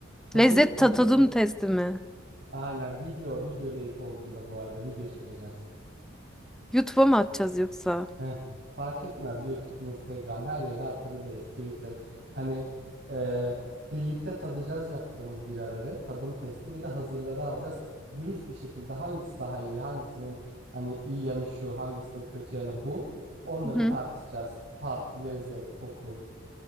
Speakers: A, on the right (about 55°); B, in the centre.
A: Tadım
B: Lezzet
A: tadım
B: ta- tadım
A: testi.
B: testi mi?
A: Aynen video video olduğunda bu arada video çekeceğiz.
B: YouTube'a mı atacağız yoksa?
A: Eh, fark etmez. YouTube, Instagram her yere atabiliriz. Twitter. Hani e, birlikte tadacağız yaptığımız biraları. Tadım testi bir de hazırları alacağız. Dürüst bir şekilde hangisi daha iyi, hangisinin hani iyi yanı şu, hangisinin kötü yanı bu. Onları
B: Hı hı.
A: tartışacağız. Tat, lezzet, koku,